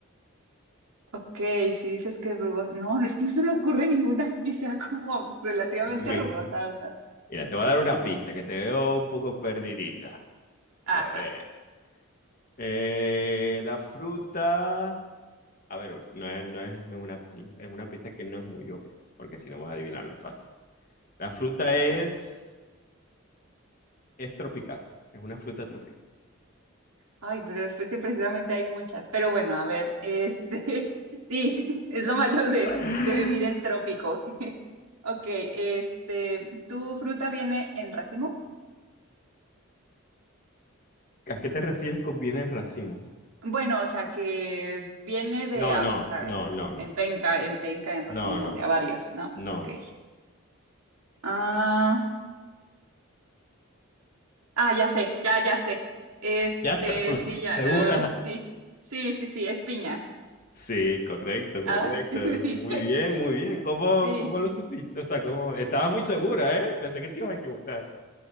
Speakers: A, on the right; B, on the left.
A: ok, si dices que es rugosa. No, es que no se me ocurre ninguna que sea como relativamente
B: Mi-
A: rugosa, o sea.
B: Mira, te voy a dar una pista que te veo un poco perdidita.
A: Ajá.
B: A ver. Eh, la fruta A ver, no es, no es, no es una, es una pista que no es muy obvia, porque si no vas a adivinarlo fácil. La fruta es,
A: Ok.
B: es tropical, es una fruta tropical.
A: Ay, pero es que precisamente hay muchas. Pero bueno, a ver, este, <laughs> sí, es lo malo
B: <laughs>
A: de, de vivir en trópico. <laughs> Ok, este, ¿tu fruta viene en racimo?
B: ¿A qué te refieres con bienes racimo?
A: Bueno, o sea, que viene de,
B: No,
A: a-
B: no,
A: o sea,
B: no, no, no,
A: en penca, en penca, en
B: no,
A: racimo,
B: no,
A: de a varios, ¿no?
B: no,
A: Ok.
B: no.
A: Ah, ah, ya sé, ya, ya sé. Este,
B: Ya sabes,
A: sí, ya,
B: ¿segura?
A: ah, sí, sí, sí, sí, es piña.
B: Sí, correcto, correcto.
A: Ay, <laughs>
B: Muy
A: dije,
B: bien, muy bien. ¿Cómo,
A: sí,
B: cómo lo supiste? O sea, ¿cómo? Estaba muy segura, ¿eh? Pensé que te ibas a equivocar.